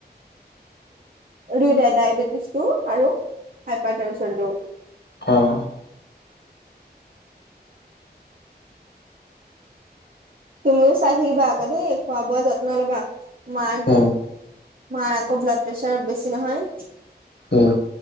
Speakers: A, on the right (about 55°); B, on the left (about 85°).
A: দুইটাই ডায়বেটিছটো আৰু হাইপাৰ টেনচনটো।
B: অঁ
A: তুমিও চাই থাকিবা আক দেই খোৱা বোৱা যত্ন লবা, মাক
B: উম
A: মাৰ আকৌ ব্লাড প্ৰেছাৰ বেছি নহয়।
B: উম